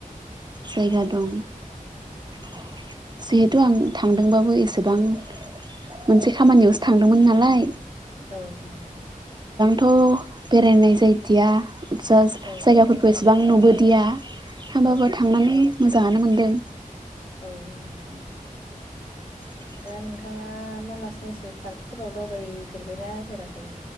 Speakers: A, on the right (about 30°); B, on the left (about 60°).
A: जायगा दं जिहेथु आं थांदोंबाबो एसेबां मोनसे खामानियावसो थांदोंमोन नालाय
B: औ नोंथां
A: थ' बेरायनाय जायदिया जायगाफोरखौ
B: औ
A: एसेबां नुबोदिया होमबाबो
B: औ
A: थांनानै मोजाङानो मोनदों
B: औ नोंथाङा
A: <inaudible>
B: दा नोंथाङा मानास नेसनेल पार्कफोराव दावबायफेरबायना फेराखै